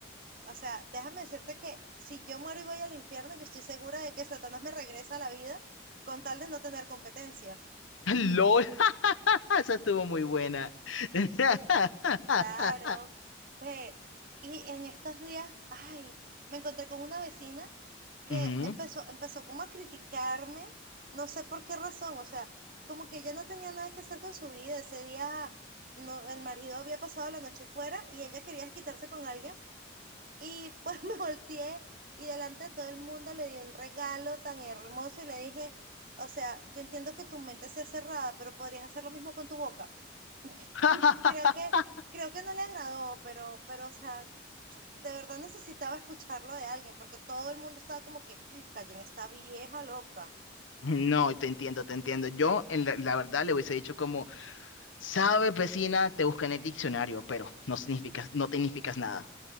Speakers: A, on the right; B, on the left.
A: O sea, déjame decirte que si yo muero y voy al infierno, yo estoy segura de que Satanás me regresa a la vida con tal de no tener competencia.
B: LOL, <laughs> esa estuvo muy buena. <laughs>
A: Claro. Ve, y en estos días, ay, me encontré con una vecina que
B: Ujú.
A: empezó, empezó como a criticarme, no sé por qué razón, o sea, como que ella no tenía nada que hacer con su vida. Ese día no, el marido había pasado la noche fuera y ella quería quitarse con alguien Y pues <laughs> me volteé y delante de todo el mundo le di un regalo tan hermoso y le dije, o sea, yo entiendo que tu mente sea cerrada, pero podrías hacer lo mismo con tu boca.
B: <laughs>
A: <laughs> Creo que, creo que no le agradó, pero, pero, o sea, de verdad necesitaba escucharlo de alguien, porque todo el mundo estaba como que, callen esta vieja loca.
B: No, te entiendo, te entiendo. Yo, en la, la verdad, le hubiese dicho como, sabes, vecina, te busca en el diccionario, pero no significas, no te significas nada.